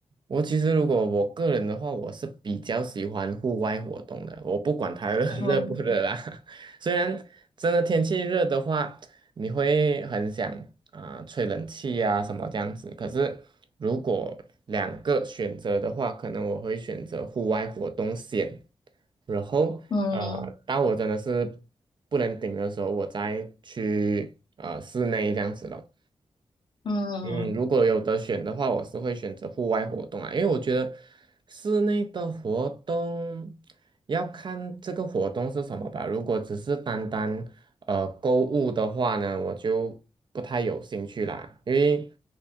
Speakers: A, on the right; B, on the left.
A: 我其实如果我个人的话，我是比较喜欢户外活动的，我不管它热
B: 嗯
A: <laughs> 热不热啦。<laughs> 虽然真的天气热的话，你会很想啊、呃吹冷气啊什么这样子。可是如果两个选择的话，可能我会选择户外活动先，然后呃，
B: 嗯
A: 当我真的是不能顶的时候，我再去呃室内这样子了。
B: 嗯
A: 嗯，如果有得选的话，我是会选择户外活动啊，因为我觉得室内的活动要看这个活动是什么吧。如果只是单单呃购物的话呢，我就不太有兴趣啦。因为